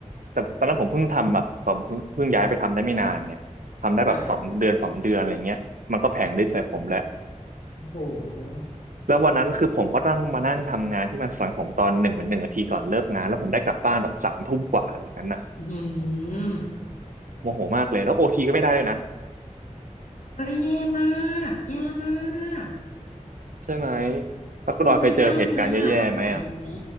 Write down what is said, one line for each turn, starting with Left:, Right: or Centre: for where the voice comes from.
Right: แต่ตอนนั้นผมเพิ่งทำแบบผมเพิ่งเพิ่งย้ายไปทำได้ไม่นานไงทำได้แบบสองเดือนสองเดือนอะไรเงี้ยมันก็แผลงฤทธิ์ใส่ผมแล้ว
Left: ค่ะ โห
Right: แล้ววันนั้นคือผมก็ต้องมานั่งทำงานที่มันสอนผมตอนหนึ่งเป็นหนึ่งนาทีก่อนเลิกงานแล้วผมได้กลับบ้านแบบสามทุ่มกว่าอะไรอย่างนั้นน่ะ
Left: อืม
Right: โมโหมากเลยแล้วโอทีก็ไม่ได้เลยนะ
Left: ก็แย่มากแย่มาก
Right: ใช่ไหม แล้วคุณออยเคยเจอเหตุการณ์แย่ๆไหมอ่ะ
Left: จงใจแกล้งไหมอ่ะทำนิสัยอย่างเงี้ย